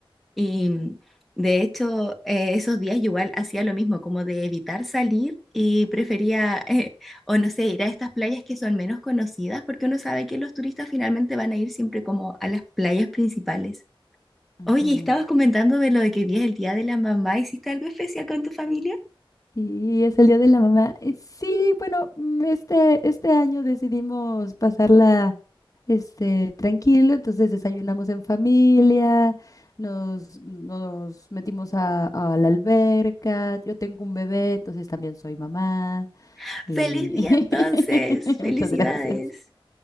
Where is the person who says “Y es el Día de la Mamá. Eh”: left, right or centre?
Left